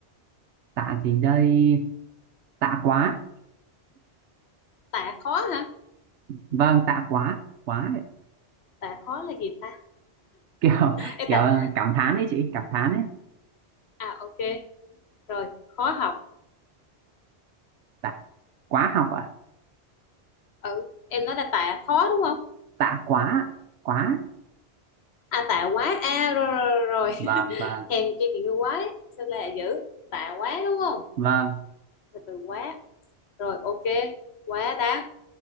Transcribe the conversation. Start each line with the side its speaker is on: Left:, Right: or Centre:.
Right: tạ gì đây tạ quá
Left: tạ khó hả
Right: vâng tạ quá quá
Left: tạ khó là gì ta
Right: <laughs> kiểu
Left: Ê,
Right: kiểu
Left: tạ
Right: cảm thán đấy chị cảm thán đấy
Left: à ok rồi khó học
Right: tạ quá học ạ
Left: ừ em nói là tạ khó đúng không
Right: tạ quá quá
Left: à tạ quá a rồi rồi rồi, rồi.
Right: vâng vâng
Left: hèn chi chị như quá đấy sao là dữ tạ quá đúng không
Right: vâng
Left: từ từ quá rồi ok quá đáng